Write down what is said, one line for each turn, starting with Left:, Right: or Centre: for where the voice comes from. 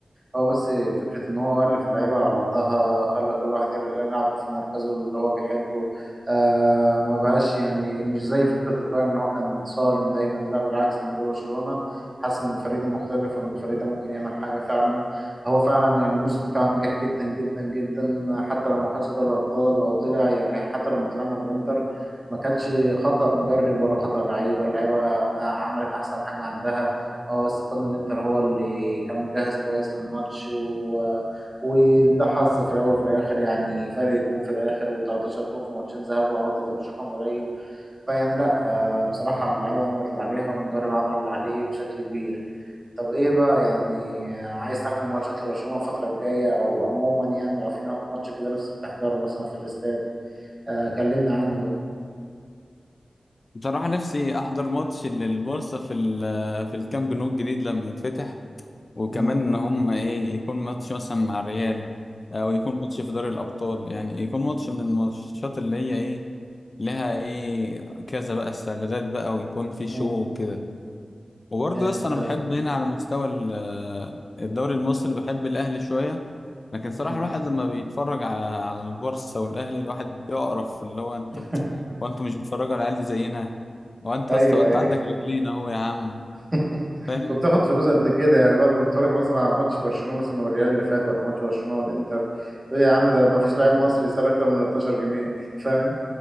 Right: هو بس فكره ان هو الف اللعيبه على بعضها خلى كل واحد يلعب في مركزه اللي هو بيحبه آه ما بقاش يعني مش زي فكره البايرن ان هو كان صارم دايما لا بالعكس لما جه برشلونه حاسس ان الفريق ده مختلف وان الفريق ده ممكن يعمل حاجه فعلا هو فعلا يعني الموسم بتاعه نجح جدا جدا جدا حتى لو ما خدش دوري الابطال او طلع يعني حتى لما طلعنا من الانتر ما كانتش خطأ مدرب ولا خطأ لعيبة اللعيبة آه، عملت أحسن حاجة عندها اه بس كان الانتر هو اللي كان مجهز كويس للماتش و... وده حظ في الأول وفي الآخر يعني فرق جون في الآخر و13 جون في ماتشين ذهاب وعودة ده مش رقم قليل فيعني لأ آه بصراحة اللعيبة عملت اللي عليها والمدرب عمل اللي عليه بشكل كبير طب ايه بقى يعني آه، عايز تحضر ماتشات لبرشلونة الفترة الجاية أو عموما يعني لو في ماتش كده نفسك تحضره مثلا في الاستاد آه كلمني عنه بقى
Left: بصراحة نفسي أحضر ماتش للبورصة في ال في الكامب نو الجديد لما يتفتح وكمان
Right: مم.
Left: إن هم إيه يكون ماتش مثلا مع الريال أو يكون ماتش في دوري الأبطال يعني يكون ماتش من الماتشات اللي هي إيه لها إيه كذا بقى استعدادات بقى ويكون في شو
Right: مم.
Left: وكده وبرضه
Right: جامد
Left: يا اسطى انا
Right: ده
Left: بحب هنا على مستوى ال- آه، الدوري المصري بحب الاهلي شويه لكن صراحه
Right: مم.
Left: الواحد لما بيتفرج على على البورصه والاهلي الواحد بيقرف اللي هو انتوا
Right: <laughs>
Left: وانتوا مش بتتفرجوا على العيال دي زينا وانت
Right: ايوه
Left: يا اسطى ما انت
Right: ايوه
Left: عندك رجلين اهو يا عم
Right: <laughs>
Left: فاهم
Right: وبتاخد فلوس قد كده يعني بعد ما بتتفرج مثلا على ماتش برشلونه مثلا والريال اللي فات ولا ماتش برشلونه والانتر تقول يا عم ده ما فيش لاعب مصري يسال اكتر من 12 جنيه <laughs> فاهم